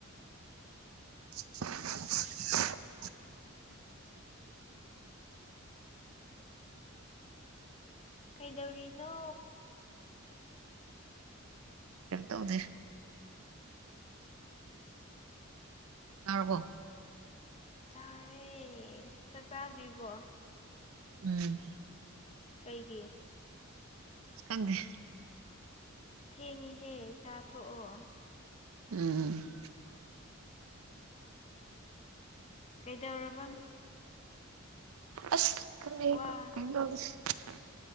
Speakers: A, on the right (about 80°); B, on the left (about 30°).
A: <unintelligible>
B: ꯀꯩꯗꯧꯔꯤꯅꯣ
A: ꯀꯥꯝ ꯇꯧꯗꯦ ꯆꯥꯔꯕꯣ
B: ꯆꯥꯔꯦ ꯆꯥꯛ ꯆꯥꯗ꯭ꯔꯤꯕꯣ
A: ꯎꯝ
B: ꯀꯩꯒꯤ
A: ꯑꯁ ꯈꯪꯗ‌ꯦ
B: ꯊꯦꯡꯉꯤꯍꯦ ꯆꯥꯊꯣꯛꯑꯣ
A: ꯎꯝ
B: ꯀꯩꯗꯧꯔꯝ
A: ꯑꯁ ꯀ <unintelligible>
B: ꯋꯥ